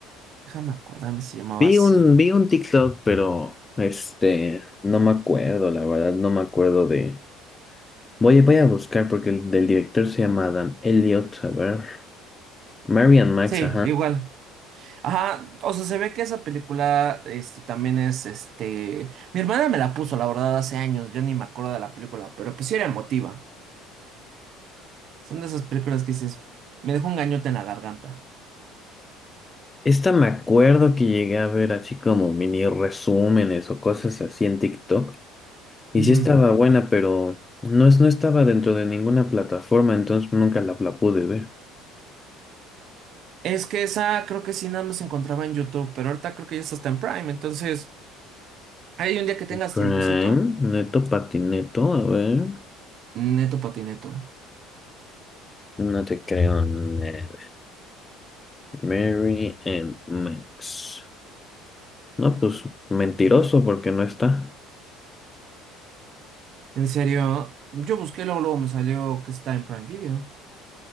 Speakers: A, on the right; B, on the left.
A: Déjame acordarme si se llamaba
B: Vi
A: así.
B: un, vi un TikTok, pero este, no me acuerdo, la verdad, no me acuerdo de Voy, a- voy a buscar porque el del director se llama Adam Elliot. A ver. Marian Max,
A: Sí,
B: ajá.
A: igual. Ajá, o sea, se ve que esa película, este, también es, este, mi hermana me la puso, la verdad, hace años, yo ni me acuerdo de la película, pero pues sí era emotiva. Son de esas películas que dices, me dejó un gañote en la garganta.
B: Esta me acuerdo que llegué a ver así como mini resúmenes o cosas así en TikTok. Y
A: Ujú.
B: sí estaba buena, pero no, es, no estaba dentro de ninguna plataforma, entonces nunca la, la pude ver.
A: Es que esa creo que sí nada más se encontraba en YouTube, pero ahorita creo que ya está hasta en Prime, entonces Hay un día que tengas
B: Prime,
A: tiempecito,
B: Neto Patineto, a ver.
A: neto patineto.
B: No te creo nada. Mary and Max. No, pues mentiroso porque no está.
A: En serio, yo busqué, luego, luego me salió que está en Prime Video.